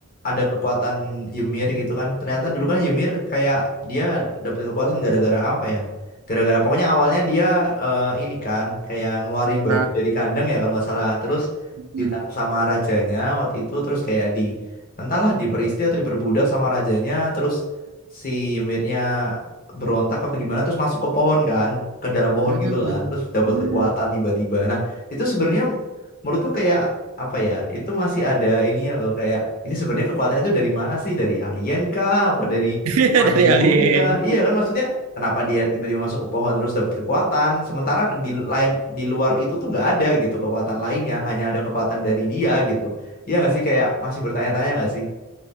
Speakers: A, on the left; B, on the right.
A: ada kekuatan Ymir gitu kan ternyata dulu kan Ymir kayak dia dapat kekuatan gara-gara apa ya gara-gara pokoknya awalnya dia eh, ini kan kayak ngeluarin
B: empat.
A: babi dari kandang ya kalau nggak salah terus
B: Hmm.
A: ditangkap sama rajanya waktu itu terus kayak di entahlah diperistri atau diperbudak sama rajanya terus si Ymirnya berontak apa gimana terus masuk ke pohon kan ke dalam pohon
B: Hmm.
A: gitu lah terus dapat
B: Hmm.
A: kekuatan tiba-tiba nah itu sebenarnya menurutku kayak apa ya itu masih ada ininya loh kayak ini sebenarnya kekuatannya itu dari mana sih dari alien kah apa dari
B: <laughs> Dari
A: apa dari
B: alien.
A: bumi kah iya kan maksudnya kenapa dia tiba-tiba masuk ke pohon terus dapat kekuatan sementara di lain di luar itu tuh nggak ada gitu kekuatan lainnya hanya ada kekuatan dari dia gitu iya nggak sih kayak masih bertanya-tanya nggak sih